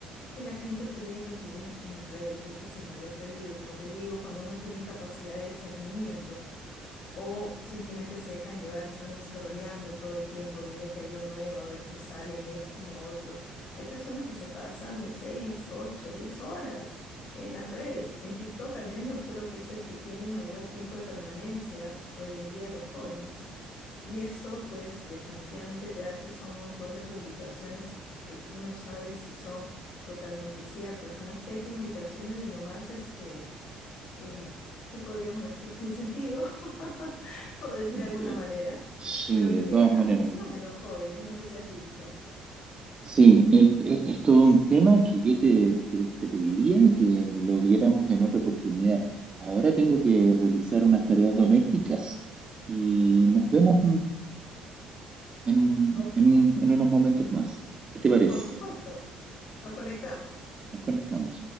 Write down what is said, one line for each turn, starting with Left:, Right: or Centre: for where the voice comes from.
Left: Que la gente cree lo que ve en las redes, ese es el mayor peligro. Como te digo, cuando no tienen capacidad de discernimiento o simplemente se dejan llevar, están scrolleando todo el tiempo, viendo que hay lo nuevo, a ver qué sale en esto, en lo otro. Hay personas que se pasan de 6 8 10 horas en las redes. En TikTok al menos creo que es el que tiene mayor tiempo de permanencia hoy en día los jóvenes. Y eso, pues, definitivamente te da acceso a un montón de publicaciones que tú no sabes si son totalmente ciertas. Además que hay publicaciones de lo más, este, eh, ¿qué podríamos decir? Sin sentido, <laughs> por decir
Right: de,
Left: de alguna manera,
Right: sí,
Left: pero que
Right: de
Left: crean
Right: todas maneras.
Left: adicción en los jóvenes. No sé si has visto.
Right: Sí, e- e- es todo un tema que yo te, te, te pediría que lo viéramos en otra oportunidad. Ahora tengo que realizar unas tareas domésticas y nos vemos en,
Left: Por,
Right: en un- en unos momentos más. ¿Qué te parece?
Left: por supuesto, nos conectamos.
Right: Nos conectamos.